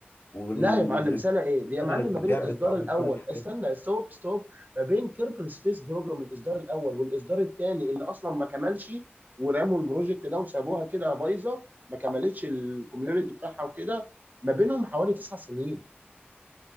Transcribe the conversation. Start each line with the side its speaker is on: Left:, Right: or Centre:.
Left: والرجاله
Right: لا يا معلم سنه ايه دي
Left: اشتغلت
Right: يا معلم ما
Left: وتعبت
Right: بين الاصدار
Left: وعملت
Right: الاول
Left: كل الحاجات
Right: استنى
Left: دي
Right: ستوب ستوب ما بين كيربل سبيس بروجرام الاصدار الاول والاصدار الثاني اللي اصلا ما كملش ورموا البروجكت ده وسابوها كده بايظه ما كملتش الكوميونتي بتاعها وكده ما بينهم حوالي تسع سنين